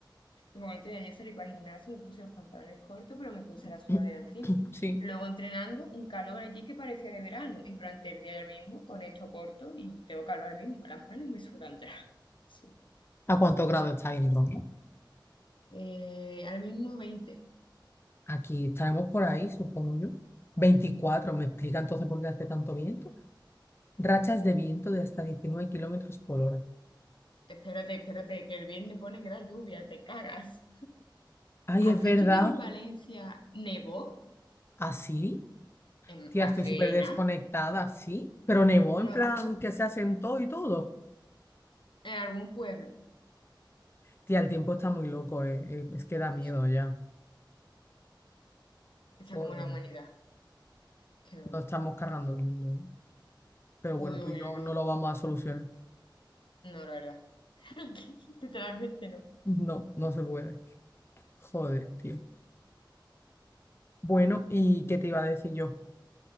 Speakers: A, on the left; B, on the left.
A: Porque cuando tenía yo salí para el gimnasio, me puse los pantalones cortos, pero me puse
B: <clears throat>
A: la sudadera encima.
B: Sí.
A: Luego entrenando, un calor allí que parecía de verano. Y durante el día del mismo, con esto corto, y tengo calor ahora mismo. Las manos me sudan ya. <laughs> Me sudan.
B: ¿A cuántos grados está en Roma?
A: Eh, ahora mismo veinte
B: Aquí estaremos por ahí, supongo yo. veinticuatro ¿me explica entonces por qué hace tanto viento? Rachas de viento de hasta diecinueve kilómetros por hora.
A: Espérate, espérate, que el viernes pone que da lluvia, te cagas.
B: Ay,
A: ¿Has
B: es verdad,
A: visto que en Valencia nevó?
B: así,
A: En,
B: tía,
A: hace
B: estoy súper desconectada,
A: nada,
B: sí pero nevó
A: unos
B: en plan
A: días.
B: que se asentó y todo.
A: En algún pueblo.
B: Tía, el tiempo está muy loco, eh, eh, Es que da
A: Sí,
B: miedo
A: sí.
B: ya.
A: Está
B: Joder,
A: como la humanidad. Que no-
B: nos estamos cargando el mundo. eh. Pero
A: Uy,
B: bueno, tú
A: uy,
B: y yo
A: uy,
B: no
A: uy.
B: lo vamos a solucionar.
A: No, la verdad. <laughs> Literalmente no.
B: No, no se puede. Joder, tío. Bueno, ¿y qué te iba a decir yo?